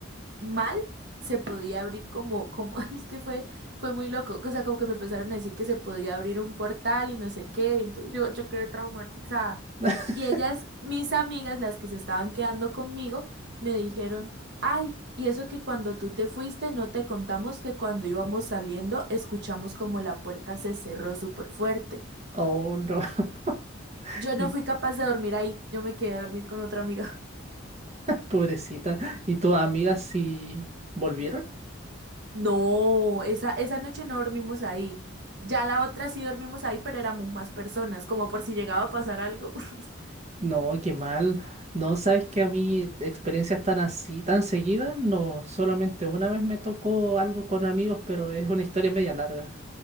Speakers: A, on the right; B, on the right.
A: mal se podía abrir como, como, <laughs> es que fue, fue muy loco, o sea, como que me empezaron a decir que se podía abrir un portal y no sé qué, entonces yo, yo quedé traumatizada.
B: <laughs>
A: Y ellas, mis amigas, las que se estaban quedando conmigo, me dijeron, ay, y eso que cuando tú te fuiste, no te contamos que cuando íbamos saliendo, escuchamos como la puerta se cerró súper fuerte.
B: Oh, no. <laughs>
A: Yo no
B: Y-
A: fui capaz de dormir ahí, yo me quedé a dormir con otra amiga.
B: Pobrecita. ¿Y tus amigas sí volvieron?
A: No, esa, esa noche no dormimos ahí. Ya la otra sí dormimos ahí, pero éramos más personas, como por si llegaba a pasar algo. <laughs>
B: No, qué mal. No, sabes que a mí experiencias tan así, tan seguidas, no, solamente una vez me tocó algo con amigos, pero es una historia media larga.